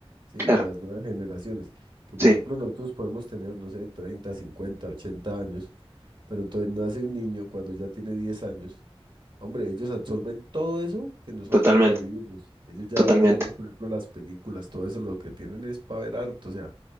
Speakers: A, on the right; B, on the right.
A: ¿sí?
B: claro,
A: Con las nuevas generaciones. Que por
B: sí,
A: ejemplo nosotros podemos tener, no sé, 30 50 80 años, pero entonces nace un niño cuando ya tiene 10 años. Hombre, ellos absorben todo eso que nosotros
B: totalmente,
A: ya vivimos. Ellos ya,
B: totalmente,
A: digamos, por ejemplo, las películas, todo eso lo que tienen es para ver harto, o sea,